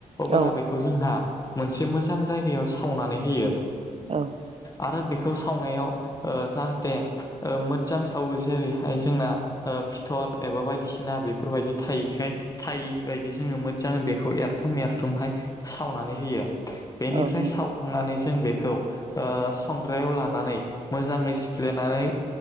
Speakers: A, on the left; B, on the right.
A: अब्ला
B: औ
A: बेखौ जोंहा मोनसे मोजां जायगायाव सावनानै होयो।
B: औ
A: आरो बेखौ सावनायाव ओ जाहाथे ओ मोजां सावो जेरैहाय जोंना फिथर एबा बायदिसिना बेफोरबायदि थायैखाय थायै बायदि जोङो मोजां बेखौ एरथुम एरथुमहाय सावनानै होयो। बेनिफ्राय
B: औ नंगौ
A: सावखांनानै जों बेखौ ओ संग्रायाव लानानै मोजाङै से